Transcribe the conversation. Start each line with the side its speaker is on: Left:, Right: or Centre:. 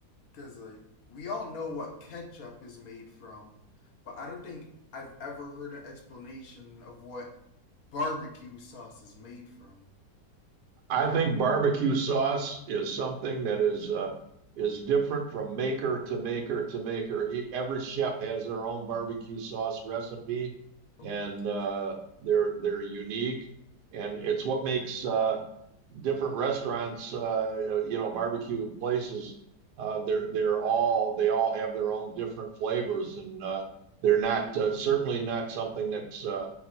Left: Because, like, we all know what ketchup is made from, but I don't think I've ever heard an explanation of what barbecue sauce is made from.
Right: I
Left: You know?
Right: think barbecue sauce is something that is uh, is different from maker to maker to maker. E- Every chef has their own barbecue sauce recipe,
Left: Oh,
Right: and
Left: that's act-
Right: uh, they're they're unique, and it's what makes uh, different restaurants, uh, you know, barbecue places, uh, they're they're all they all have their own different flavors, and uh, they're not
Left: that is
Right: uh, certainly
Left: true.
Right: not something that's uh,